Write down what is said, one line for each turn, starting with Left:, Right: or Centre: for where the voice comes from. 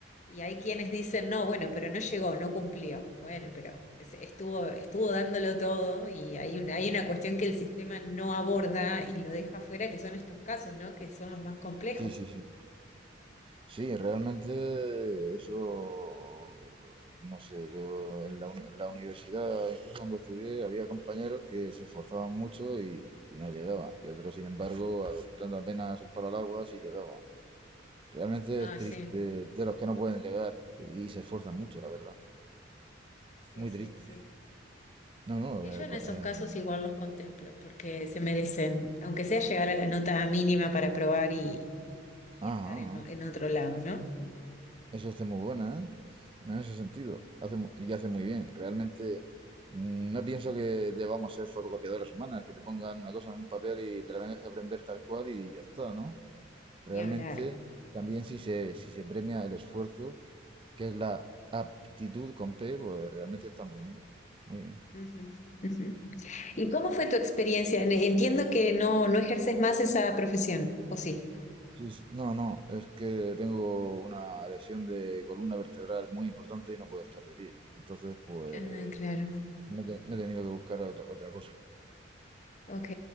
Left: Y hay quienes dicen, no, bueno, pero no llegó, no cumplió. Bueno, pero se- estuvo, estuvo dándolo todo y hay una, hay una cuestión que el sistema no aborda y lo deja fuera, que son estos casos, ¿no? Que son los más complejos.
Right: sí, sí, sí. Sí, realmente eso, no sé, yo en la, uni- en la universidad, incluso cuando estudié, había compañeros que se esforzaban mucho y, y no llegaban, y otros, sin embargo, a- dando apenas un palo al agua, sí llegaban. Realmente
Left: Ah,
Right: es triste
Left: sí,
Right: de los que no pueden llegar y se esfuerzan mucho, la verdad.
Left: sí,
Right: Muy
Left: sí,
Right: triste.
Left: sí.
Right: No, no,
Left: Sí, yo
Right: eh,
Left: en
Right: co-
Left: esos
Right: en-
Left: casos igual los contemplo, porque se merecen, aunque sea llegar a la nota mínima para probar y, y- y
Right: ajá,
Left: estar en, o- en otro lado, ¿no?
Right: Eso hace muy buena, ¿eh? En ese sentido. Hace mu- y hace muy bien. Realmente mm, no pienso que debamos ser fotocopiadoras humanas, que te pongan una cosa en un papel y te la tengas que aprender tal cual y ya está, ¿no? Realmente
Left: Ni hablar.
Right: también si se, si se premia el esfuerzo, que es la aptitud con P, pues realmente está muy bien. Muy bien.
Left: Ujú, ujú. ¿Y cómo fue tu experiencia? En- Entiendo que no, no ejerces más esa profesión, ¿o sí?
Right: Sí, sí. No, no, es que tengo una lesión de columna vertebral muy importante y no puedo estar de pie. Entonces, pues
Left: Ah, claro.
Right: me, he te- me he tenido que buscar otra, otra cosa.
Left: Ok,